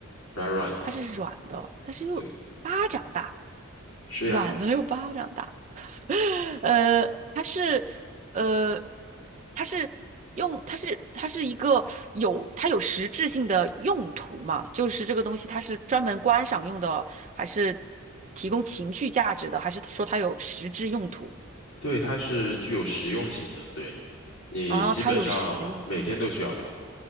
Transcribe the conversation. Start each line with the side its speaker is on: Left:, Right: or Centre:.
Left: 软软的。
Right: 它是软的，但是又巴掌大，
Left: 对，是呀，
Right: 软的又巴掌大。<laughs> 呃，它是呃，它是用它是它是一个有它有实质性的用途嘛？就是这个东西它是专门观赏用的，还是提供情绪价值的，还是说它有实质用途
Left: 对，它是具有实用性的。对，你基本上每天都需要它。
Right: 啊？它有实用性，